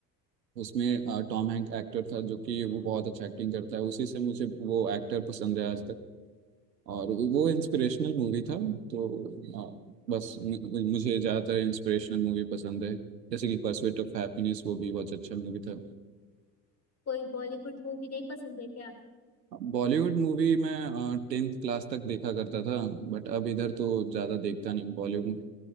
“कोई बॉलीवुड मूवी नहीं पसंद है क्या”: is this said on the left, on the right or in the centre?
Left